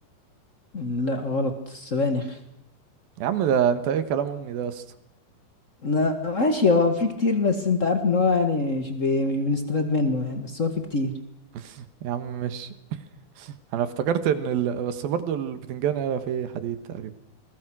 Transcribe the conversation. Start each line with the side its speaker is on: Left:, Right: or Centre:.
Left: مم، لا غلط السبانخ
Right: يا عم ده انت ايه كلام امي ده يا اسطى
Left: لا ماشي هو في كتير بس انت عارف ان هو يعني مش بي- مش بنستفاد منه يعني بس هو في كتير
Right: <laughs> يا عم ماشي انا افتكرت ان ال... بس برضو البتنجان هيبقى فيه حديد تقريبا